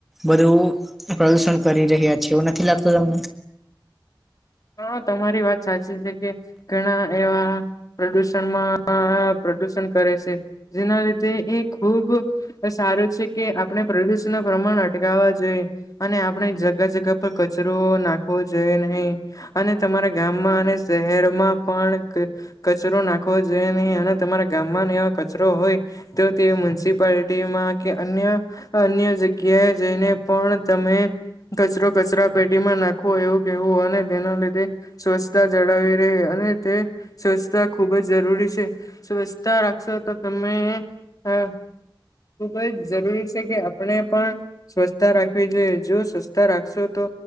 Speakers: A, in the centre; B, on the left.
A: બધું પ્રદુષણ કરી રહ્યા છે. એવું નથી લાગતું તમને?
B: હા, તમારી વાત સાચી છે કે ઘણા એવા પ્રદુષણમાં પ્રદુષણ કરે છે. જેના લીધે એ ખુબ સારું છે કે આપણે પ્રદુષણનુ પ્રમાણ અટકાવવા જોઈએ. અને આપણે જગા જગા પર કચરો નાખવો જોઈએ નહી. અને તમારા ગામમાં અને શહેરમાં પણ ક કચરો નાખવો જોઈએ નહી અને તમારા ગામમાં ને એવા કચરો હોય તો તે મ્યુનિસિપાલિટીમાં કે અન્ય અન્ય જગ્યાએ જઈને પણ તમે કચરો કચરા પેટીમાં નાખવો એવું કેવું અને તેના લીધે સ્વચ્છતા જાળવી રહે અને તે સ્વચ્છતા ખૂબ જ જરૂરી છે. સ્વચ્છતા રાખશો તો તમે, અહ ખુબ જ જરૂરી છે કે આપણે પણ સ્વચસ્છતા રાખવી જોઈએ. જો સ્વસ્તા રાખશો તો